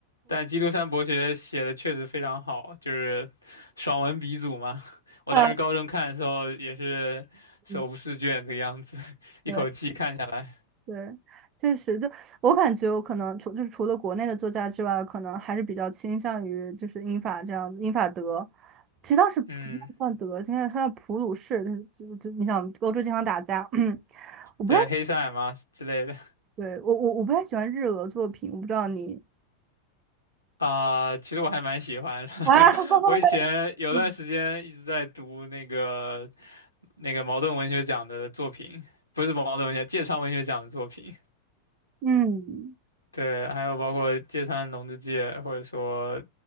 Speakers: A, on the left; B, on the right.
A: 但基督山伯爵写的确实非常好，就是爽文鼻祖嘛。<laughs> 我当时高中看的时候也是手不释卷的样子，
B: 啊，嗯
A: <laughs> 一口气看下来。
B: 对对，确实，就我感觉，我可能除就是除了国内的作家之外，可能还是比较倾向于就是英法这样子，英法德，其实倒是不算德，
A: 嗯，
B: 现在他的普鲁士，就是就就你想欧洲经常打架，<clears throat> 嗯，我不太，
A: 对，黑塞嘛之类的
B: 对，我我我不太喜欢日俄作品，我不知道你
A: 啊、其实我还蛮喜欢的。
B: 啊，<laughs>
A: <laughs> 我以前有段时间一直在读那个
B: 嗯
A: 那个茅盾文学奖的作品，不是茅盾文学，芥川文学奖的作品。
B: 嗯
A: 对，还有包括芥川龙之介，或者说